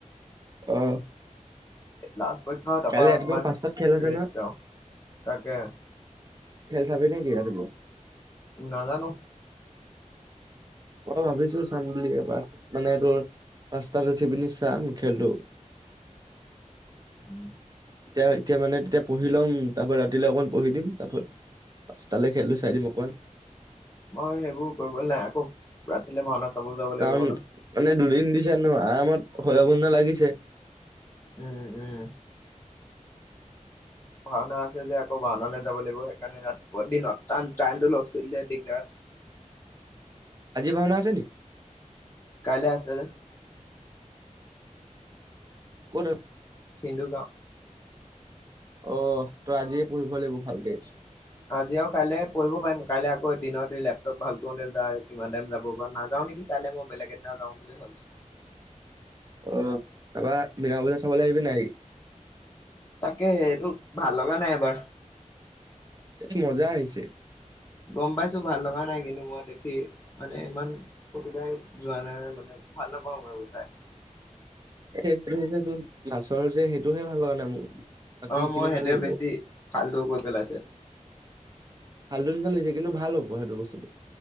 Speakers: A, on the right (about 30°); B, on the left (about 20°).
A: অ'
B: লাষ্ট পৰীক্ষা তাৰপৰা
A: কালি ৰাতিপুৱা
B: অকণমান
A: পাঁচটাত খেল আছে
B: ৰেষ্ট
A: নহয়,
B: পাওঁ, তাকে।
A: খেল চাবি নে কি ৰাতিপুৱা?
B: নাজানো।
A: অ' ভাবিছোঁ চাম বুলি এবাৰ মানে তোৰ পাঁচটাত উঠি পিনি চাম খেলটো।
B: উম।
A: এতিয়া-এতিয়া মানে তেতিয়া পঢ়ি ল'ম তাৰপা ৰাতিলৈ অকমান পঢ়ি দিম তাৰপা পাঁচ তালৈ খেলিটো চাই দিম অকণমান।
B: মই সেইবোৰ কৰিবলৈ নাই আকৌ ৰাতিলে ভাওনা চাব যাব লাগিব
A: কাৰণ
B: ন
A: মানে দুদিন দিছে ন' আৰামত হৈ‌ <unintelligible> লাগিছে।
B: উম-উম। ভাওনা আছে যে আকৌ ভাওনালৈ যাব লাগিব সেইকাৰণে ৰাতিপুৱা দিনত টাইমটো লষ্ট কৰি দিগদাৰ আছে। <unintelligible>
A: আজি ভাওনা আছে নেকি?
B: কাইলৈ আছে
A: ক'ত
B: সিন্ধু গাঁও।
A: অ', ত' আজিয়ে পঢ়িব লাগিব ভালকে।
B: আজি আৰু কাইলে পঢ়িব পাৰিম কাইলৈ আকৌ দিনত এই লেপটপ ভাল কৰোতে যায়। কিমান টাইম যাব বা নাযওঁ নেকি কাইলৈ মই বেলেগেইনাাওঁ বুলি ভাবিছো।
A: অ' তাৰাপা বিনা বূজা চাবলৈ আহিবি নাই।
B: তাকে সেইটো ভাল লগা নাই এবাৰ
A: এ মজা আহিছে।
B: গম পাইছো ভাল লগা নাই কিন্তু মই দেখি মানে ইমান প্ৰতিভাই যোৱা নাই-নাই মানে। ভাল নাপাওঁ মই গুচাই।
A: এ সেইটো যেটো মাছৰ যে সেইটোহে ভাল লগা নাই মোৰ। বাকী
B: অ
A: সেইখিনি
B: মই সেইটোৱে
A: ভাল লাগিব।
B: বেছি ভালটো কৰি পেলাইছে।
A: হালধন চালছে কিন্তু ভাল হ'ব সেইটো বস্তুটো।